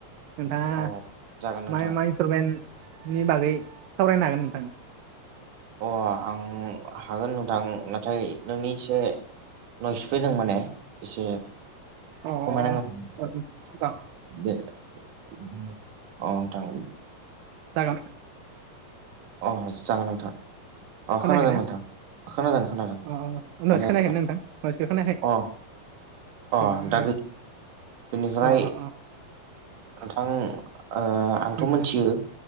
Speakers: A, on the right; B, on the right.
A: नोंथाङा
B: अ जागोन नोंथां
A: मा मा इन्सटुरमेन्टनि बागै सावरायनो हागोन नोंथां।
B: अ आं हागोन नोंथां नाथाय नोंनि एसे नय सफैदों माने एसे
A: अ
B: खमायनाांगोन
A: अ जागोन
B: द <unintelligible> औ थां।
A: दागोन
B: अ जागोन नोंंथां अ
A: खोनायाखैना
B: खोनादों नोंथां। खोनादों खोनादों
A: अ उनावसो
B: माने
A: खोनायाखै नोंथां उनावसो खोनायाखै
B: अ अ
A: उम उम
B: दा बेनिफ्राय
A: अ अ अ
B: नोंथां आंथ'
A: उम
B: मोनथियो